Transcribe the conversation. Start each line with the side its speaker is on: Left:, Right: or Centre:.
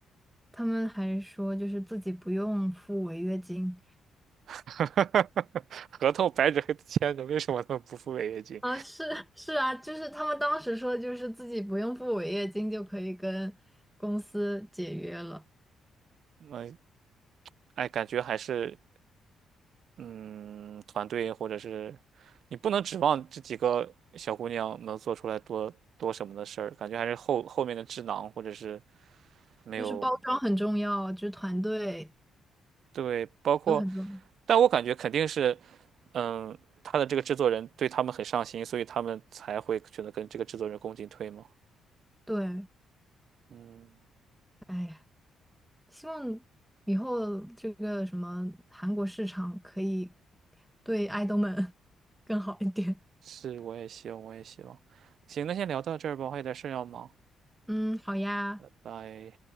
Centre: 他们还说就是自己不用付违约金，
Right: <laughs> 合同白纸黑字签的，为什么他们不付违约金？
Centre: 啊，是是啊，就是他们当时说，就是自己不用付违约金就可以跟公司解约了，
Right: 嗯，哎，感觉还是嗯，团队或者是你不能指望这几个小姑娘能做出来多多什么的事儿，感觉还是后后面的智囊或者是没有
Centre: 就是包装很重要，就是团队
Right: 对，包括，
Centre: 都很重要。
Right: 但我感觉肯定是，嗯，他的这个制作人对他们很上心，所以他们才会选择跟这个制作人共进退嘛。
Centre: 对，
Right: 嗯，
Centre: 哎呀，希望以后这个什么韩国市场可以对爱豆们 <laughs> 更好一点。
Right: 是，我也希望，我也希望。行，那先聊到这儿吧，我还有点事儿要忙，
Centre: 嗯，好呀。
Right: 拜拜。